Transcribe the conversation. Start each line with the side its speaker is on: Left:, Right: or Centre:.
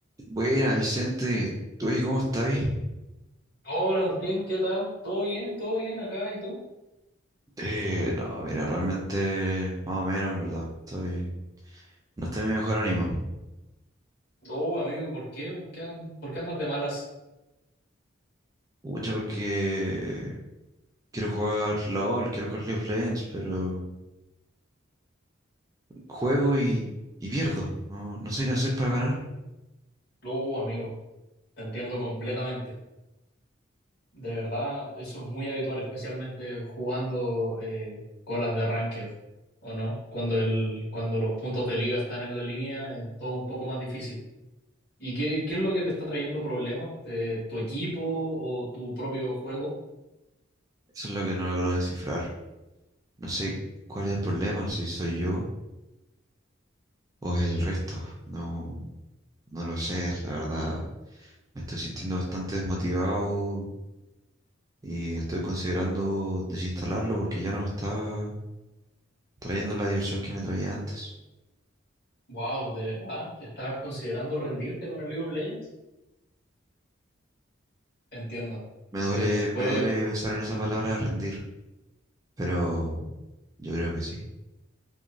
Right: Buena, Vicente, ¿tú oye, cómo estáis?
Left: Hola Martín, ¿qué tal? ¿Todo bien? ¿Todo bien acá? ¿Y tú?
Right: Eh, no, mira, realmente más o menos, en verdad. Estoy, no estoy en mi mejor ánimo.
Left: Oh, amigo, ¿por qué? ¿Por qué, and- por qué andas de malas?
Right: Mucho porque quiero jugar LOL, quiero jugar League of Legends, pero juego y, y pierdo. No, no sé qué hacer para ganar.
Left: Oh, amigo, te entiendo completamente. De verdad, eso es muy habitual, especialmente jugando eh, colas de ranked, ¿o no? Cuando el, cuando los puntos de liga están en la línea, es todo un poco más difícil. ¿Y qué, qué es lo que te está trayendo problemas? Eh, ¿Tu equipo o tu propio juego?
Right: Eso es lo que no logro descifrar. No sé cuál es el problema, no sé si soy yo o es el resto. No, no lo sé, la verdad. Me estoy sintiendo bastante desmotivado y estoy considerando desinstalarlo porque ya no me está trayendo la diversión que me traía antes.
Left: Wow, ¿de verdad? ¿Estás considerando rendirte con el League of Legends? Entiendo,
Right: Me
Left: entiendo.
Right: duele, me
Left: Puede,
Right: duele pensar en esa palabra rendir, pero yo creo que sí.